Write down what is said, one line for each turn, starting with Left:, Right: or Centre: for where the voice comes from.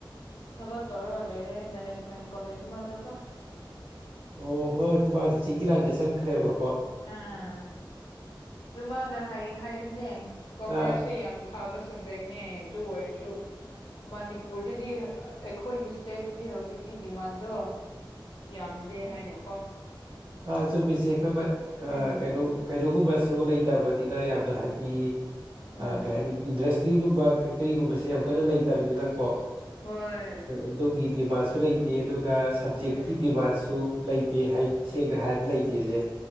Left: ꯊꯕꯛ ꯇꯧꯔꯒ ꯂꯩꯔꯦ ꯃꯦꯅꯦꯖꯃꯦꯟ ꯀꯣꯂꯦꯖ ꯑꯃꯗꯀꯣ
Right: ꯑꯣ ꯍꯣꯏ ꯃꯥ ꯇꯤꯆꯤꯡꯒꯤ ꯂꯥꯏꯗ ꯁꯪꯈ꯭ꯔꯦꯕ
Left: ꯑꯥ ꯑꯗꯨ ꯃꯥꯅ ꯍꯥꯏ ꯍꯥꯏꯕꯅꯦ ꯀꯣꯃꯔꯁꯁꯦ
Right: ꯑꯥ
Left: ꯌꯥꯝ ꯐꯕ ꯁꯕꯖꯦꯛꯅꯦ ꯑꯗꯨ ꯑꯣꯏꯔꯁꯨ ꯃꯅꯤꯄꯨꯔꯗꯗꯤ ꯑꯩꯈꯣꯏꯒꯤ ꯏꯁꯇꯦꯠꯇꯗꯤ ꯍꯧꯖꯤꯛꯇꯤ ꯗꯤꯃꯥꯟꯗꯣ ꯌꯥꯝꯗꯦ ꯍꯥꯏꯅ
Right: ꯑ ꯆꯨꯝꯃꯤ ꯏꯆꯦ ꯑꯈꯣꯏ
Left: ꯎꯝ
Right: ꯀꯩꯅꯣ ꯀꯩꯅꯣꯒꯨꯝꯕꯁꯨ ꯂꯩꯇ ꯇꯕꯅꯤꯅ ꯌꯥꯝꯅ ꯍꯥꯏꯗꯤ
Left: ꯎꯝ
Right: ꯀꯩ ꯍꯥꯏꯅꯤ ꯏꯟꯗꯔ꯭ꯦꯁ ꯭ꯔꯤꯒꯨꯝꯕ ꯐꯦꯛꯇꯔꯤꯒꯨꯝꯕꯁꯦ ꯌꯥꯝ ꯀꯟꯅ ꯂꯩꯇꯕꯅꯤꯅꯀꯣ
Left: ꯍꯣꯏ
Right: ꯑꯗꯣꯝꯒꯤ ꯗꯤꯃꯥꯟꯁꯨ ꯂꯩꯇꯦ ꯑꯗꯨꯒ ꯁꯞꯖꯦꯛꯀꯤ
Left: ꯎꯝ
Right: ꯗꯤꯃꯥꯟꯁꯨ ꯂꯩꯇꯦ ꯁꯦꯡꯅ ꯍꯥꯏꯔꯗꯤ ꯂꯩꯇꯦꯁꯦ